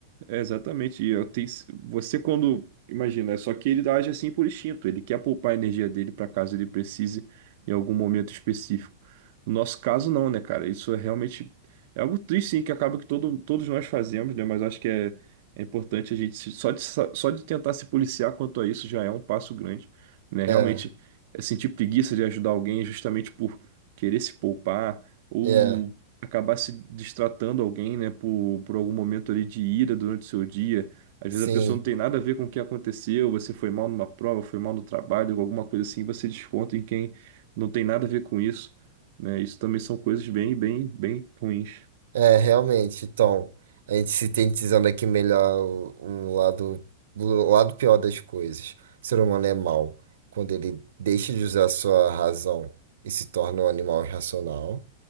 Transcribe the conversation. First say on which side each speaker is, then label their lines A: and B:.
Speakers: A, on the right; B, on the right.
A: é exatamente. E eu tenho- Você quando. Imagina, é só que ele age assim por instinto. Ele quer poupar a energia dele para caso ele precise em algum momento específico. No nosso caso, não, né, cara? Isso é realmente. É algo triste, sim, que acaba que todo, todos nós fazemos, né? Mas acho que é, é importante a gente. se- Só de, sa- só de tentar se policiar quanto a isso já é um passo grande, né? Realmente,
B: É,
A: é sentir preguiça de ajudar alguém justamente por querer se poupar. Ou
B: é,
A: acabar se distratando alguém, né, por, por algum momento ali de ira durante o seu dia. Às
B: sim.
A: vezes a pessoa não tem nada a ver com o que aconteceu, você foi mal numa prova, foi mal no trabalho, alguma coisa assim, você desconta em quem não tem nada a ver com isso, né? Isso também são coisas bem, bem, bem ruins.
B: É, realmente, Então A gente se sintetizando aqui melhor o o lado, o lado pior das coisas. O ser humano é mau quando ele deixa de usar sua razão e se torna um animal irracional.